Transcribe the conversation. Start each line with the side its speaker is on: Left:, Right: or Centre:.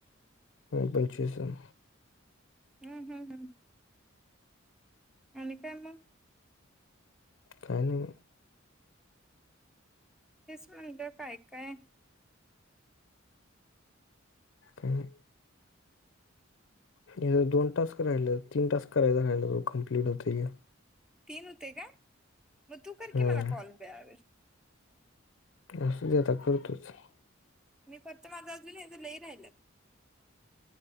Left: हा पंचविस जण.
Centre: हम्म हम्म हम्म. आणि काय मग?
Left: काय नाय म.
Centre: तेच म्हणलं काय काय?
Left: हम्म, हिज दोन टास्क राहील तीन टास्क करायचं राहिल्या वर कमप्लीट होतय घे.
Centre: तीन होतय काय? मग तू करकी
Left: हम्म
Centre: मला कॉल ब्या
Left: असू दे आता कर तूच --
Centre: मी फक्त माझ अजून याचं लई राहिल्यात.